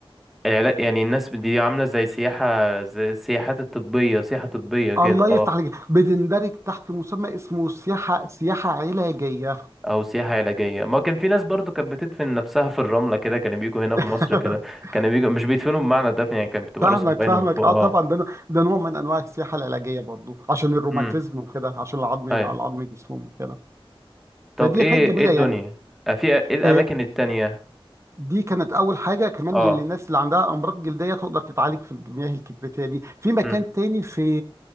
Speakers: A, in the centre; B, on the right (about 30°).
A: العلا- يعني الناس دي عامله زي سياحه زي السياحات الطبيه سياحه طبيه كده
B: الله
A: اه
B: يفتح عليك بتندرج تحت مسمى اسمه سياحة سياحة علاجية
A: او سياحه علاجيه ما كان في ناس برضو كانت بتدفن نفسها في الرمله كده كانوا بيجوا هنا
B: <laughs>
A: في مصر كده كانوا بيجوا مش بيدفنوا بمعنى الدفن يعني كانت بتبقى
B: فاهمك
A: راسهم باينه
B: فاهمك
A: من فوق
B: اه
A: اه
B: طبعا ده ده نوع من انواع السياحة العلاجية برضو عشان الروماتيزم
A: امم
B: وكده عشان العظم على
A: أيوه.
B: عظم جسمهم وكده
A: طب
B: فدي
A: ايه
B: حاجة جميلة
A: ايه الدنيا
B: يعني
A: آه، في ايه الاماكن
B: آه،
A: التانية
B: دي كانت اول حاجه كمان
A: اه
B: للناس اللي عندها امراض جلديه تقدر تتعالج في المياه الكبريتيه دي في مكان
A: امم
B: تاني في